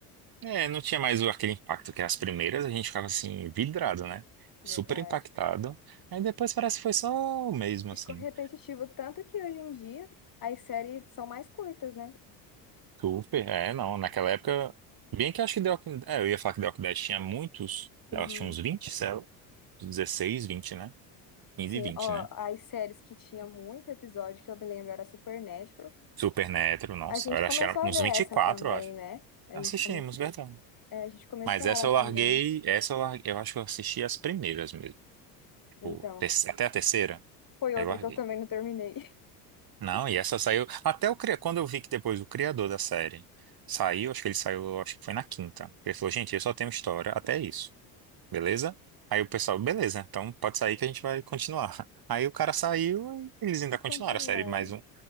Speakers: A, on the right; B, on the left.
A: É, não tinha mais o- aquele impacto que as primeiras a gente ficava assim vidrado, né?
B: Verdade.
A: Super impactado. Aí depois parece que foi só o mesmo
B: Ficou
A: assim.
B: repetitivo tanto que hoje em dia as séries são mais curtas, né?
A: Super, é, não, naquela época, bem que eu acho que The Walking, é, eu ia falar que The Walking Dead tinha muitos,
B: Uhum.
A: elas tinham uns 20 sei lá, uns 16, 20, né? 15
B: Sim,
A: e 20,
B: ó,
A: né?
B: as séries que tinha muito episódio, que eu me lembro, era Supernatural.
A: Supernatural, nossa,
B: A gente
A: eu
B: começou
A: acho que era
B: a
A: uns
B: ver
A: 24,
B: essa também,
A: eu acho.
B: né? A
A: Assistimos,
B: gente começou,
A: verdade.
B: é, a gente começou
A: Mas
B: ela
A: essa eu
B: também.
A: larguei, essa eu larguei, eu acho que eu assisti as primeiras mesmo, tipo,
B: Então,
A: te- até a terceira,
B: foi
A: aí
B: outra
A: eu larguei.
B: que eu também não terminei.
A: Não, e essa saiu, até o cria- quando eu vi que depois o criador da série saiu, acho que ele saiu, acho que foi na quinta. Ele falou, gente, eu só tenho história, até isso, beleza? Aí o pessoal, beleza, então pode sair que a gente vai continuar. <laughs> Aí o cara saiu e
B: <laughs>
A: eles ainda
B: E
A: continuaram
B: continuaram.
A: a série mais um.